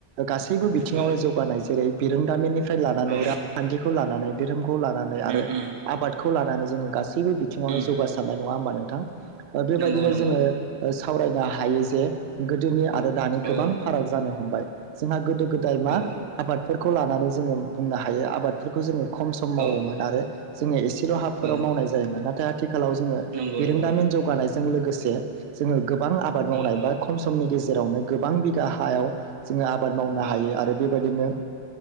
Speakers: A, on the right; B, on the right.
A: गासैबो बिथिङावनो
B: औ
A: जौगानाय जेरै बिरोंदामिननिफ्राय लानानै
B: औ
A: रांखान्थिखौ खौ लानानै। धोरोमखौ ल आरो
B: उम उम
A: आबादखौ लानानै जों गासैबो गासैबो बिङाव
B: उम
A: जौगासारनाय नङा होनबा? थां ओ बेबायदिनो
B: नंगौ नंगौ
A: जोङो ओ सिस सावरायनो हायो जे गोदोनि। आरो दानि गोबां
B: औ
A: फाराग जानो हमबाय। जोंहा गोदोग गोदाय मा
B: औ
A: आबादफोरखौ लानानै जोङो बुंनो हायो आबादफोरखौ जोङो खम सम मावोमोन
B: औ
A: आरो जोंनि एसे बेल' हाफोराव
B: औ
A: मावनाय जायोमोन नाथाय आथ खालाव जोंङो
B: नंगौ
A: बिरोंदामिन
B: नंगौ
A: जौगानाय जों लोगोसे जोङो गोबां आबाद मावनाय
B: औ औ
A: बा खम समनि गेजे जेरावनो गोबां बिदा हायाव जोङो आबाद मावनो
B: औ
A: हायो आरो बेबायदिनो